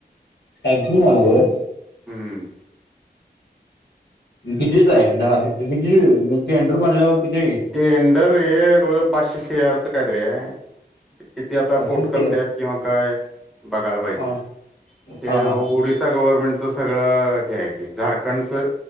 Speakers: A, on the left (about 85°); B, in the centre.
A: हॅकिंग व्हायला नको होय
B: हम्म
A: किती दिवस आहे दहा किती म्हणजे टंटर म्हल्यावर किती
B: टेंडर हे रोज पाचशे सी आर च काही तरी आहे की ते आता
A: पाचशे
B: कोट
A: शेअर
B: करत्यात किंवा काय बघायला पाहिजे
A: हा
B: ते
A: हा
B: ओडिसा
A: हा
B: गव्हर्नमेंटच सगळं हे आहे ते झारखंडचं